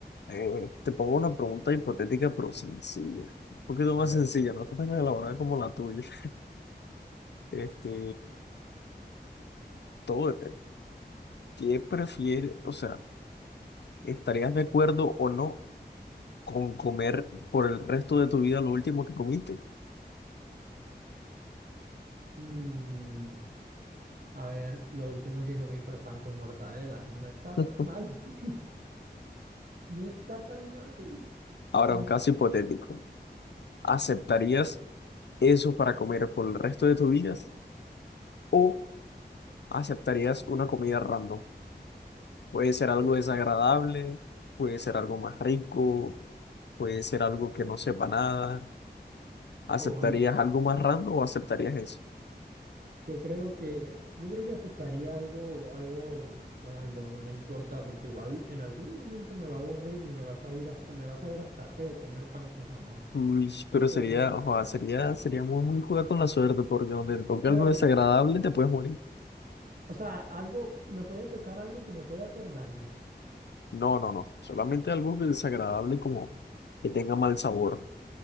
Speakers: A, on the left (about 75°); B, on the right (about 55°).
A: eh, te pongo una pregunta hipotética pero sencilla. Un poquito
B: A
A: más
B: ver.
A: sencilla, no está tan elaborada como la tuya. <laughs> Este, todo depende. ¿Qué prefieres? O sea, ¿estarías de acuerdo o no con comer por el resto de tu vida lo último que comiste?
B: mm, a ver, lo último que comí fue pan con mortadela. No está
A: <laughs>
B: tan mal. <laughs> No está tan mal.
A: Ahora,
B: Pan
A: un caso
B: con mortadela.
A: hipotético. ¿Aceptarías eso para comer por el resto de tu vida? ¿O ¿Aceptarías una comida random? Puede ser algo
B: Por
A: desagradable, puede ser algo más rico, puede ser algo que no sepa nada. ¿Aceptarías
B: Hoy
A: algo más random o aceptarías eso?
B: yo creo que yo creo que aceptaría algo algo random, no importa, porque igual en algún momento me va a aburrir y me va a saber hasta me va a saber hasta feo comer pan con jamón.
A: Uy,
B: Entonces,
A: pero sería, ojo, sería, sería muy, muy jugar con la suerte, porque donde te toque
B: pero
A: algo desagradable te puedes morir.
B: O sea, algo, me puede tocar algo que me puede hacer daño.
A: No, no, no. Solamente algo que desagradable como que tenga mal sabor.